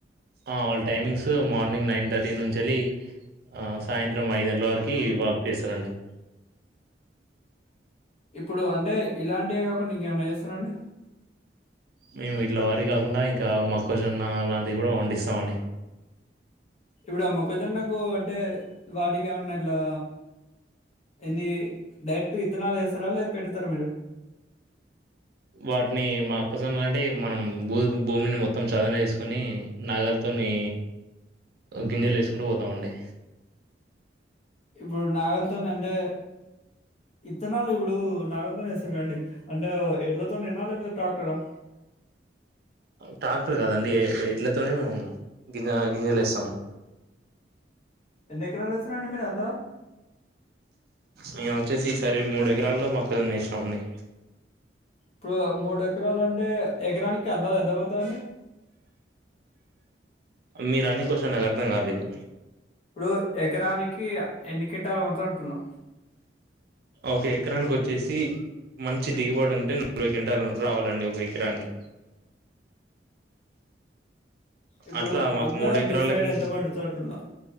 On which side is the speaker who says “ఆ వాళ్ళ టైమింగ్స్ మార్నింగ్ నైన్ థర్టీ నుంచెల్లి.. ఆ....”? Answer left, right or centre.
Right